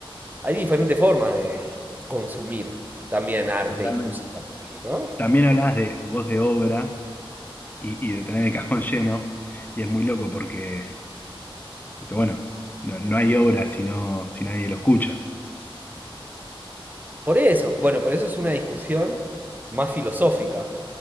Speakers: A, on the right (about 20°); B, on the left (about 20°).
A: Hay diferentes formas de consumir también arte
B: Totalmente.
A: y música, ¿no?
B: También hablabas de voz de obra. y, y de tener el cajón <laughs> lleno. Y es muy loco porque, porque bueno, no, no hay obra si, no, si nadie lo escucha.
A: Por eso, bueno, pero eso es una discusión más filosófica,